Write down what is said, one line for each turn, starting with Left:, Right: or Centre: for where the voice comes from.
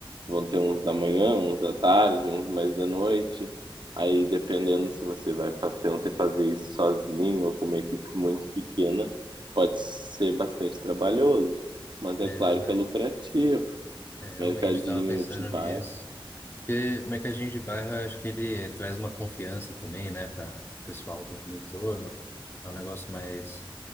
Right: vão ter uns da manhã, uns da tarde, uns mais de noite. Aí, dependendo se você vai pensar em fazer isso sozinho ou com uma equipe muito pequena, pode ser bastante trabalhoso. Mas é
Left: É
Right: claro
Left: verdade.
Right: que é lucrativo.
Left: É, realmente
Right: Mercadinho
Left: estava pensando
Right: de bairro.
Left: nisso. Porque mercadinho de bairro, eu acho que ele traz uma confiança também, né, para o pessoal do, do entorno. É um negócio mais,